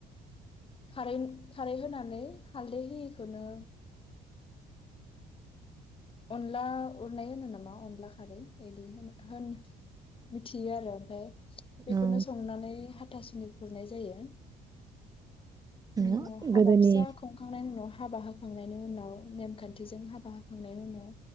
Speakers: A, on the left; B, on the right.
A: खारै खारै होनानै हालदै होयिखौनो अनला उरनाय होनो नामा अनला खारै इदि होनो होन मिथियो आरो ओमफाय बेखौनो
B: औ
A: संनानै हा थासुनि खुरनाय जायो। बिनि
B: औ
A: उनाव हाबा
B: गोदोनि
A: फिसा खुंखांनायनि उनाव हाबा होखांनायनि उनाव नेमखान्थिजों हाबा होखां नाय उनाव